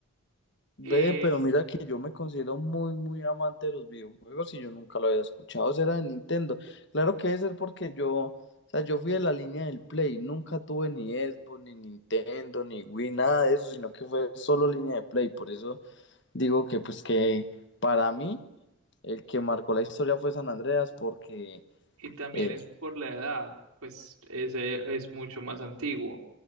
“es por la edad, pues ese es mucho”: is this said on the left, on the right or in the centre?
Right